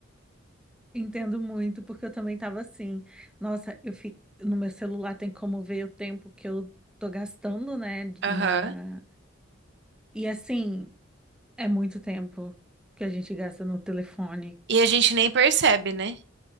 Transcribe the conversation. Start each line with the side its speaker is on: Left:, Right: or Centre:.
Centre: entendo muito, porque eu também estava assim. Nossa, eu fico no meu celular tem como ver o tempo que eu tô gastando, né,
Right: Aham.
Centre: na... E assim, é muito tempo que a gente gasta no telefone.
Right: E a gente nem percebe, né?